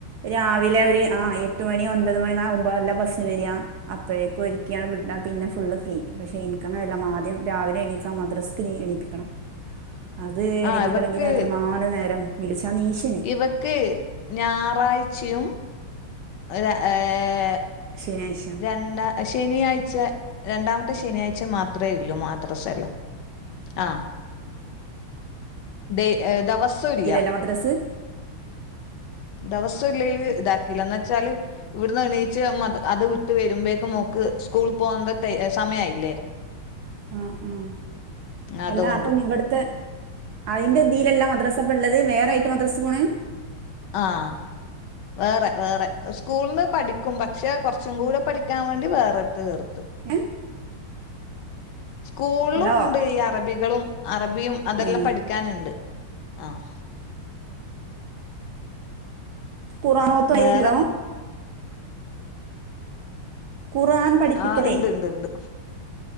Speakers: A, on the right; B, on the left.
A: രാവിലെ ഒരു ആ എട്ട് മണി ഒൻപത് മണി മുമ്പല്ല ബസ്സിന് വരാ അപ്പോഴേക്കും ഒരുക്കിയാണ് വിട്ടാ പിന്നെ ഫുള് ഫ്രീ പക്ഷെ എനിക്കങ്ങനെ അല്ല ആദ്യം രാവിലെ എണീക്ക് ആ മദ്രസ് പിന്നിം എണീപ്പിക്കണം അത് എണപ്പിക്കണെങ്കി
B: ആ ഇവക്ക്
A: എത്രങ്ങാനും നേരം വിളിച്ചാ നീച
B: ഇവക്ക് ഞായറാഴ്ചയും <unintelligible> ഏഹ്
A: ശനിയാഴ്ച
B: രണ്ട ശനിയാഴ്ച രണ്ടാമത്തെ ശനിയാഴ്ച മാത്രേയൊല്ലൂ മദ്രസല്ലൊം ആഹ് ദെ ആഹ് ദെവസൊല്ല
A: ഇതിലല്ല മദ്രസ്
B: ദെവസല്ലേലും ഇതാക്കില്ല ന്നച്ചാല് ഇവട്ന്നെണീച്ച് മത അത് ട്ട് വെരുമ്പഴേക്കും മോക്ക് സ്കൂള് പോവേണ്ട ടൈ എഹ് സമയായില്ലേ
A: ആഹ് ഉം
B: അതുകൊണ്ട്
A: അല്ല അപ്പം ഇവട്ത്തെ അയ്ന്റെ ഇതിലല്ല മദ്രാസപള്ളത് വേറെയ്ട്ട് മദ്രസ് പോണെ
B: ആഹ് വേറെ വേറെ സ്കൂൾന്ന് പഠിക്കും പക്ഷെ കൊർച്ചും കൂടെ പഠിക്കാൻ വേണ്ടി വേറെട്ത്ത് ചേർത്തു.
A: <unintelligible>
B: സ്കൂൾ
A: ഹലോ
B: ള്ണ്ട് ഈ അറബികളും അറബിയും അതെല്ലാം
A: ഏ
B: പഠിക്കാന്ണ്ട് ആഹ്
A: ഖുർആനോത്ത് അയ്ല്
B: വേറെ
A: ല്ല ഖുർആൻ പഠിപ്പിക്കലേ
B: ആഹ് ഇണ്ട് ണ്ട് ണ്ട്